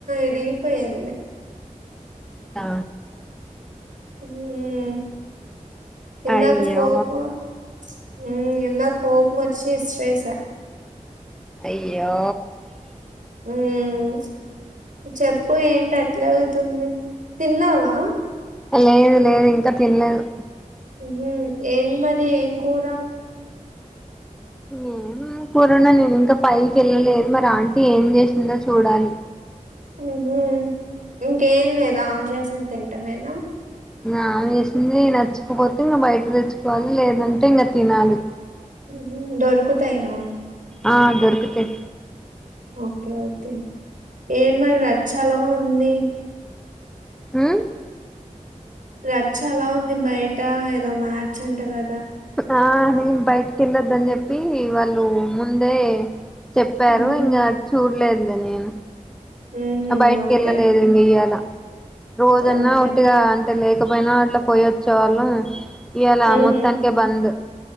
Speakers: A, on the right; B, in the centre.
A: ఇరిగిపోయింది
B: ఆ
A: హ్మ్మ్ ఎందాక
B: అయ్యో
A: కోపోం హ్మ్మ్ ఇందాక కోపం వచ్చి ఇసిరేశా
B: అయ్యో
A: హ్మ్మ్ చెప్పు ఏంటి అట్లా అవుతుంది తిన్నావా
B: లేదు లేదు ఇంకా తినలేదు
A: హ్మ్మ్ ఏం మరి ఏం కూర
B: ఏం పూరుణ నేను ఇంకా పైకి వెళ్ళలేదు మరి ఆంటీ ఏం చేసిందో చూడాలి
A: హ్మ్మ్ ఇంకేం లేదా ఆమె చేసిన తింటామేనా
B: ఆ ఆమె చేసింది నచ్చకపోతే ఇంకా బయట తెచ్చుకోవాలి లేదంటే ఇంకా తినాలి.
A: హ్మ్మ్ దొరుకుతాయా
B: ఆ దొరుకుతయ్
A: ఓకే ఓకే ఏం మరి రా చాల ఉంది
B: హ్మ్మ్
A: రచ్చ అలా ఉంది బయట ఏదో మార్చంట కా
B: ఆ నేను బయటకి వెళ్ళొద్దని చెప్పి వాళ్ళు ముందే చెప్పారు
A: హుహు.
B: ఇంకా చూడలేదు ల నేమ్
A: హుహు.
B: బయటికి
A: ఓకే.
B: వెళ్ళలేదు ఇంగ ఇయ్యాల రోజన్నా
A: ఓకే.
B: ఒట్టిగా అంటే లే ఇకపోయినా అట్లా పోయేచ్చే వాళ్ళం ఇయలా
A: హుహు.
B: మొత్తానికే బంద్